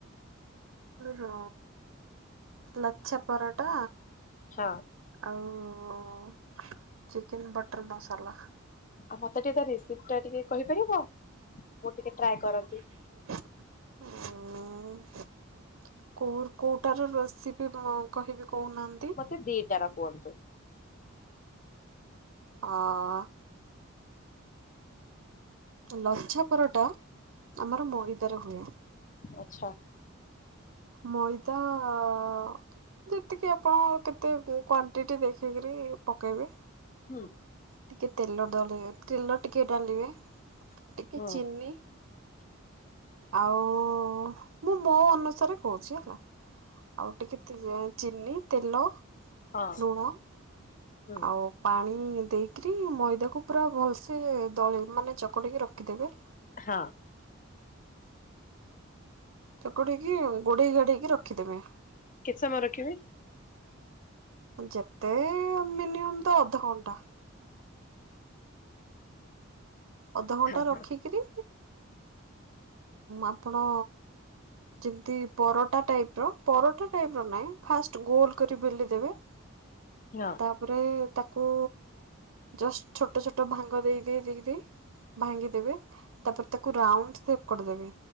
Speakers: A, on the right; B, on the left.
A: ର ଲଛା ପରଟା
B: ହଁ
A: ଆଉ ଚିକେନ ବଟର୍ ମସଲା
B: ଆଉ ମତେ ଟିକେ ତା ରେସିପ ଟା ଟିକେ କହିପାରିବ ମୁଁ ଟିକେ ଟ୍ରାଏ କରନ୍ତି।
A: ହଁ <unintelligible> କୋଉର କୋଉଟାର ରେସିପି କହିବି କହୁନାହାନ୍ତି।
B: ମତେ ଦିଟା ର କୁହନ୍ତୁ।
A: ହଁ। ଲଛାପରଟା ଆମର ମଇଦାରେ ହୁଏ।
B: ଆଛା।
A: ମଇଦା ଅଁ ଯେତିକି ଆପଣ କେତେ କ୍ଵାଣ୍ଟିଟି ଦେଖିକିରି ପକେଇବେ।
B: ହୁଁ।
A: ଟିକେ ତେଲ ଡାଲିବେ ତେଲ ଟିକେ ଡାଲିବେ। ଟିକେ
B: ହୁଁ
A: ଚିନି ଆଉ ମୁଁ ମୋ ଅନୁସାରେ କହୁଚି ହେଲା ଆଉ ଟିକେ ତେ ଚିନି, ତେଲ,
B: ହଁ
A: ଲୁଣ
B: ହୁଁ
A: ଆଉ ପାଣି ଦେଇକିରି ମଇଦାକୁ ପୁରା ଭଲସେ ଦଳି ମାନେ ଚକଟିକି ରଖିଦେବେ।
B: ହଁ।
A: ଚକଟିକି ଗୋଡେଇ ଗାଡେଇକି ରଖିଦବେ।
B: କେତେ ସମୟ ରଖିବି?
A: ଯେତେ ମିନିମମ୍ ତ ଅଧଘଣ୍ଟା। ଅଧଘଣ୍ଟା
B: ହଁ
A: ରଖିକରି
B: ହଁ
A: ଆପଣ ଯେମତି ପରଟା ଟାଇପ ର ପରଟା ଟାଇପ ର ନାହିଁ ଫାଷ୍ଟ ଗୋଲ କରି ବେଲି ଦେବେ।
B: <unintelligible>
A: ତାପରେ ତାକୁ ଜଷ୍ଟ ଛୋଟ ଛୋଟ ଭାଙ୍ଗ ଦେଇ ଦେଇ ଦେଇ ଦେଇ ଭାଙ୍ଗିଦେବେ ତାପରେ ତାକୁ ରାଉଣ୍ଡ ସେପ କରିଦେବେ,